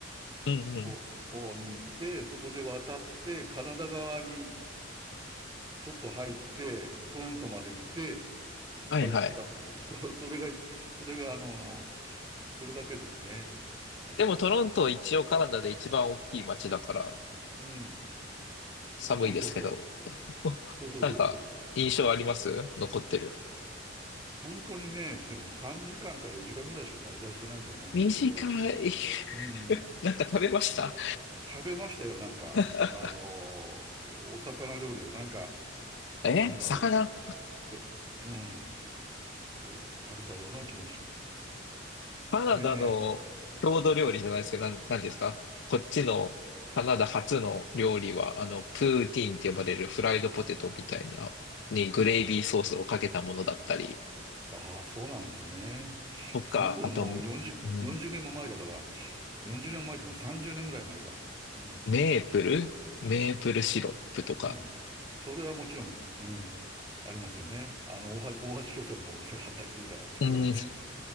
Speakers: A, on the left (about 65°); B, on the right (about 20°).
A: うんうん。
B: ををに行って、そこで渡って、カナダ側にちょっと入って、トロントまで行って、
A: はいはい。
B: 帰ってきたっていう、そ、<laughs> それが、それが、あの、それだけですね。確か。
A: でもトロント一応カナダで一番大きい街だから
B: うん。
A: 寒いですけど。
B: そうそうそ
A: <laughs>
B: う。そうそうそうそう。
A: なんか印象あります残ってる。
B: 本当にね、でも3時間か4時間ぐらいしか滞在してないと思うんですけど、
A: 短い。<laughs>
B: うん。
A: なんか食べました
B: 食べましたよ、なんか、
A: <laughs>
B: あのー、お魚料理を、なんか、
A: え、
B: なんだろ
A: 魚
B: う。で、うん、を食べたような気がします。
A: カナダの郷土料理じゃないですけど、
B: でね、
A: なん、なんていうんですかこっちのカナダ初の料理は、あの、プーティーンって呼ばれるフライドポテトみたいな、にグレイビーソースをかけたものだったり、
B: ああ、そうなんですね。
A: とか、
B: その頃もう40、
A: あと、うん、
B: 40年も前だから、40年も前とか30年ぐらい前か。うん。
A: メープルメープルシロップとか。
B: うん。それはもちろん、うん。ありますよね。あの、大橋、大橋巨船のお店があったりするから、してからね。
A: うん、